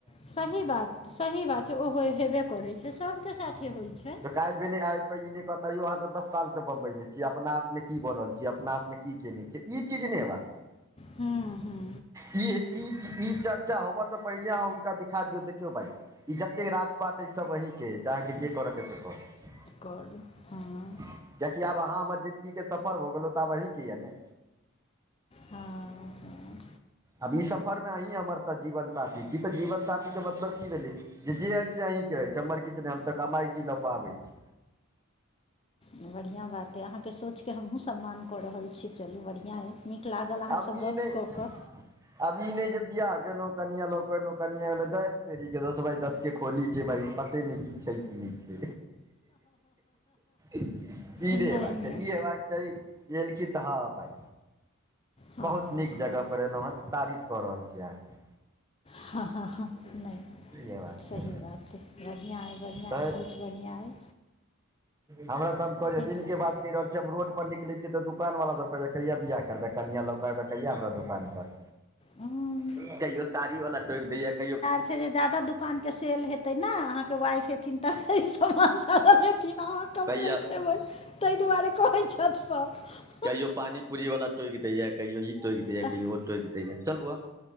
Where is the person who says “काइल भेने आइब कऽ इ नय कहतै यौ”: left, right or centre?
Right